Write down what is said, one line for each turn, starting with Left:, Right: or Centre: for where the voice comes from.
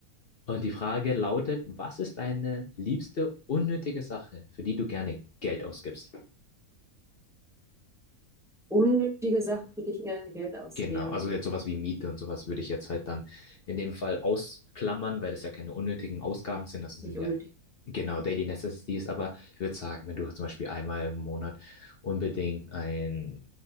Left: Und die Frage lautet, was ist deine liebste unnötige Sache, für die du gerne Geld ausgibst?
Centre: Unnötige Sachen, für die ich gerne Geld ausgebe.
Left: Genau, also jetzt sowas wie Miete und sowas würde ich jetzt halt dann in dem Fall ausklammern, weil das ja keine unnötigen Ausgaben sind. Das sind
Centre: Nicht unnötig.
Left: ja genau Daily Necessities, aber ich würde sagen, wenn du zum Beispiel einmal im Monat unbedingt ein